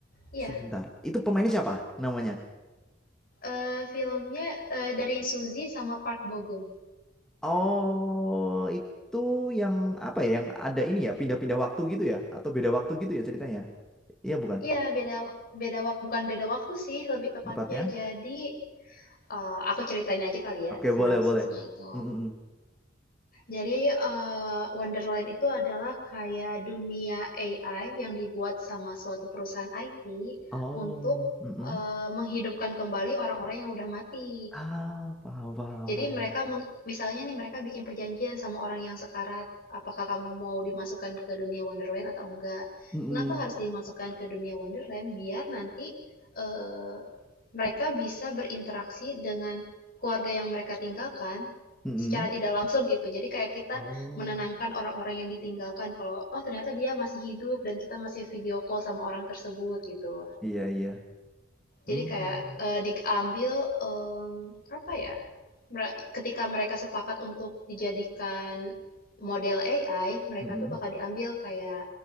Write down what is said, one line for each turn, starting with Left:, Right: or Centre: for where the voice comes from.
Left: ya.
Centre: Sebentar. Itu pemainnya siapa namanya?
Left: Eh, filmnya eh, dari Suzy sama Park Bo Gum.
Centre: Oh, itu yang apa ya? Yang ada ini ya, pindah-pindah waktu gitu ya? Atau beda waktu gitu ya ceritanya? Iya bukan?
Left: Iya, beda beda waktu bukan beda waktu sih, lebih tepatnya.
Centre: Tepatnya?
Left: Jadi, eh, aku ceritain aja kali ya
Centre: Oke,
Left: sinopsisnya
Centre: boleh, boleh.
Left: itu.
Centre: Mm-mm.
Left: Jadi, eee, Wonderland itu adalah kayak dunia AI yang dibuat sama suatu perusahaan IT
Centre: Oh,
Left: untuk,
Centre: mm-mm.
Left: eee, menghidupkan kembali orang-orang yang udah mati.
Centre: Ah, paham, paham,
Left: Jadi
Centre: paham.
Left: mereka meng- misalnya nih mereka bikin perjanjian sama orang yang sekarat, apakah kamu mau dimasukkan ke dunia Wonderland atau enggak?
Centre: Mm-mm.
Left: Kenapa harus dimasukkan ke dunia Wonderland? Biar nanti eh, mereka bisa berinteraksi dengan keluarga yang mereka tinggalkan
Centre: Mm-mm.
Left: secara tidak langsung gitu. Jadi kayak kita
Centre: Oh,
Left: menenangkan orang-orang yang ditinggalkan kalau oh ternyata dia masih hidup dan kita masih video call sama orang tersebut gitu.
Centre: Iya iya. Mm.
Left: Jadi kayak eh, diambil em, apa ya? Mere- ketika mereka sepakat untuk dijadikan model AI, mereka
Centre: Mm-mm.
Left: tuh bakal diambil kayak